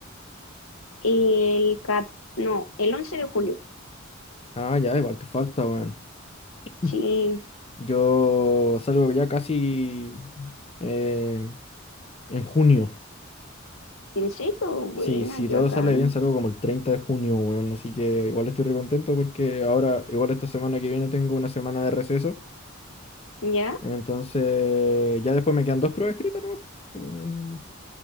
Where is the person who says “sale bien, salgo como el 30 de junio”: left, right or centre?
Left